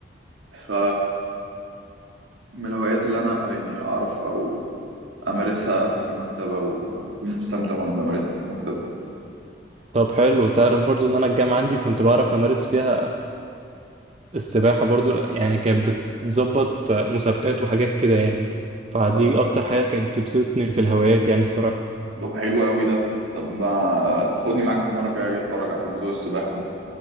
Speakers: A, on the right; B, on the right.
A: ف من الهوايات اللي أنا يعني أعرف أو أمارسها في المكتبة وأكون مستمتع وأنا بمارسها في المكتبة
B: طب حلو تعرف برضو ان انا الجامعة عندي كنت بعرف امارس فيها السباحة برضو يعني كانت بتظبط مسابقات وحاجات كده يعني فدي
A: طب
B: اكتر حاجة كانت بتبسطني في الهوايات يعني الصراحة
A: طب حلو أوي ده طب ما تاخدني معاك في مرة كده أجي أتفرج على موضوع السباحة ده